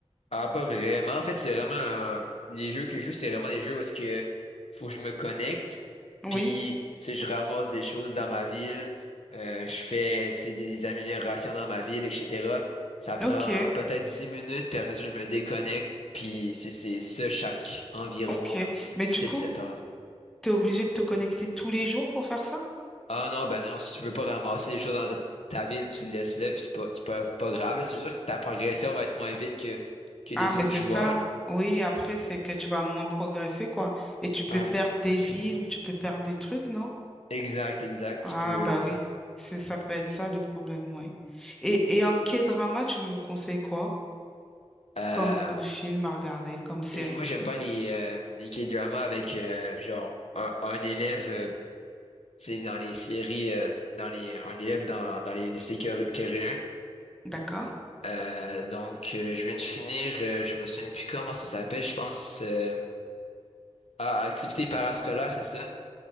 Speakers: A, on the left; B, in the centre.
A: Ah, pas vraiment. En fait, c'est vraiment... euh, les jeux que je joue, c'est vraiment des jeux où est-ce que faut que je me connecte,
B: Oui.
A: puis tu sais, je ramasse des choses dans ma ville, euh, je fais tu sais, des améliorations dans ma ville, etc. Ça prend
B: Ok.
A: peut-être 10 minutes, puis après ça, je me déconnecte, puis c'est c'est ça chaque environ
B: Ok.
A: euh,
B: Mais
A: six
B: du coup,
A: sept heures.
B: tu es obligé de te connecter tous les jours pour faire ça?
A: Ah non, ben non, si tu veux pas ramasser les choses dans ta, ta ville, tu le laisses là, puis c'est pas, c'est pas, pas grave. là. C'est sûr que ta progression va être moins vite que, que les
B: Ah, mais
A: autres
B: c'est
A: joueurs.
B: ça. Oui, après, c'est que tu vas moins progresser, quoi. Et tu peux
A: Ouais.
B: perdre des villes ou tu peux perdre des trucs, non?
A: Exact, exact.
B: Ah,
A: Tu peux.
B: bah
A: euh,
B: oui, c'est ça peut être ça le problème, oui. Et, et en K-drama, tu me conseilles quoi
A: euh,
B: comme euh, film à regarder, comme série?
A: et moi, j'aime pas les, euh, les K-dramas avec euh, genre un, un élève, euh, tu sais, dans les séries, euh, dans les, un élève dans, dans les lycées coré- coréens.
B: D'accord?
A: Euh, donc, euh, je viens de finir, euh, je me souviens plus comment ça s'appelle, je pense. euh, ah, activité parascolaire, c'est ça?